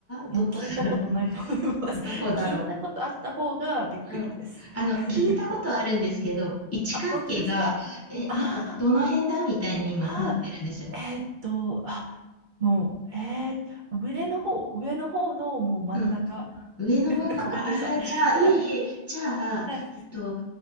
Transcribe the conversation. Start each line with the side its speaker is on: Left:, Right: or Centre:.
Right: もう聞いたことないと思います。
Left: どこだろう、<laughs> どこだろ
Right: <laughs> でもう聞いたことあった方がびっくりです。
Left: う。うん。
Right: <laughs>
Left: あの、聞いたことあるんですけど、位置関係が、
Right: あ、本当ですか。
Left: え、
Right: あー
Left: なんかどの辺だみたいな今なってるんですよ。
Right: あー、えーっと、あ、もう、えー上の方、上の方のもう真ん中。
Left: うん。上の真ん中、
Right: <laughs> ごめんなさいはい。
Left: ああ、じゃあ、いえいえ、じゃあ、
Right: はい。
Left: えっと、